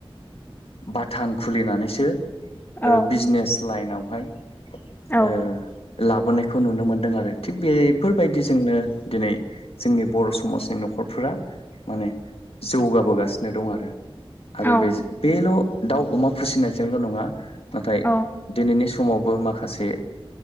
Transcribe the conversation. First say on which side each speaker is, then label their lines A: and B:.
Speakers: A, on the left; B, on the left.
A: बाथान खुलिनानैसो ओ
B: औ
A: बिजनेस लाइनावहाय ओ
B: औ
A: लाबोनायखौ नुनो मोनदों आरो थिक बेफोरबायदि जोंनो दिनै जोंनि बर' समाजनि न'खरफोरा माने जौगाबोगासिनो दं आरो आरो
B: औ
A: बेजो बेल' दाउ अमा फोसिनायजोंल' नङा नाथाय
B: औ
A: दिनैनि सम समावबो माखासे